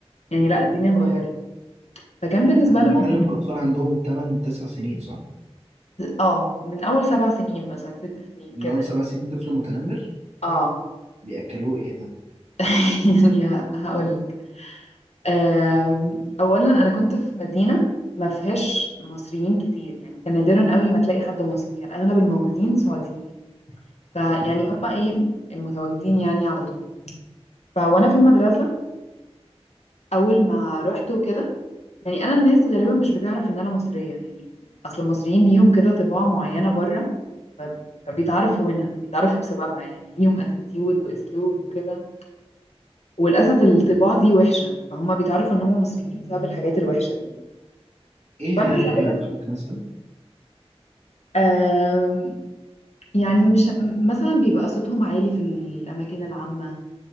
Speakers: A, on the left; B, on the right.
A: يعني لا الدنيا اتغيرت فكان بالنسبة
B: احنا
A: لهم
B: بنتكلم في اطفال عندهم 8 9 سنين صح
A: اه من أول سبع سنين مثلا ست سنين
B: من
A: كده
B: اول 7 سنين طفل متنمر
A: اه
B: بياكلوه ايه ده
A: <laughs> يعني هقول لك آم، أولا أنا كنت في مدينة ما فيهاش مصريين كتير يعني كان نادرا قوي ما تلاقي حد مصري كان أغلب الموجودين سعوديين فيعني
B: اوكي
A: هما ايه المتواجدين يعني على طول فوانا في المدرسة اول ما رحت وكده يعني انا الناس غالبا مش بتعرف ان انا مصرية يعني اصل المصريين ليهم كده طباع معينة بره ف- فبيتعرفوا هنا بيتعرفوا بسببها يعني ليهم اتيتيود واسلوب وكده وللاسف الطباع دي وحشة فهم بيتعرفوا ان هم مصريين بسبب الحاجات الوحشة دي
B: ايه هي
A: فانا غالبا
B: الطباع الوحشه ممكن اسال
A: آم، يعني مش م- مثلا بيبقى صوتهم عالي في الاماكن العامة